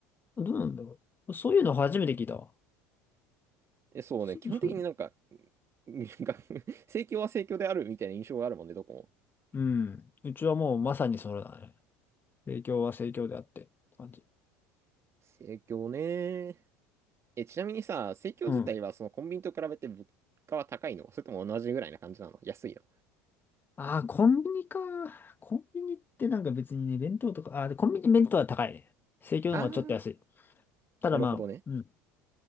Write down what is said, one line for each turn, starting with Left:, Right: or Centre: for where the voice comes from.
Left: うなんだろう。そういうの初めて聞いたわ。
Right: え、そうね、
Left: そそ
Right: 基本的になんか、<laughs> なんか <laughs> 盛況は盛況であるみたいな印象があるもんね、どこも。
Left: うん。うちはもうまさにそれだね。生協は生協であって、感じ。
Right: 盛況ね。え、ちなみにさ、盛況自体はそのコンビニと比べて物価は高いのそれとも同じぐらいな感じなの安いの
Left: うん。ああ、コンビニか。コンビニってなんか別にね、弁当とか、ああ、でコンビニ弁当は高いね。生協の方がちょっと安い。
Right: あー、
Left: ただまあ、
Right: なるほどね。
Left: うん。